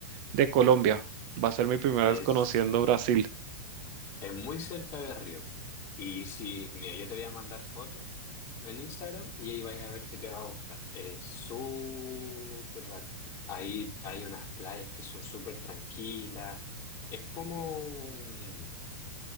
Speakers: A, on the right; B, on the left.
A: de Colombia. Va a ser mi primera
B: Es
A: vez conociendo Brasil.
B: Es muy cerca de Río. Y si, mira, yo te voy a mandar fotos en Instagram y ahí vais a ver que te va a gustar. Es súper bacán. Ahí hay unas playas que son súper tranquilas. Es como, un-